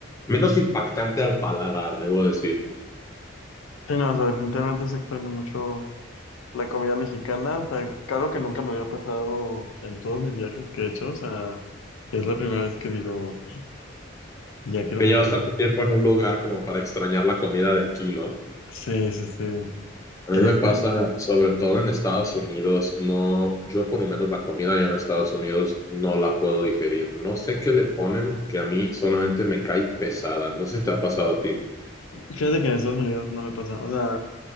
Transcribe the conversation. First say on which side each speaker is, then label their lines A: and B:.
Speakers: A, on the left; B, on the left.
A: menos impactante al paladar, debo decir.
B: Sí, no, o sea, definitivamente se extraña mucho la comida mexicana. O sea, claro que nunca me había pasado en todos mis viajes que he hecho, o sea, es la primera vez que digo, ya quiero
A: Que
B: volver
A: llevas
B: a...
A: tanto tiempo en un lugar como para extrañar la comida de aquí, ¿no?
B: Sí, sí, sí.
A: A
B: Este,
A: mí me pasa, sobre todo en Estados Unidos, no, yo por lo menos la comida allá en Estados Unidos no la puedo digerir. No sé qué le ponen que a mí solamente me cae pesada. No sé si te ha pasado a ti.
B: fíjate que en Estados Unidos no me pasa, o sea,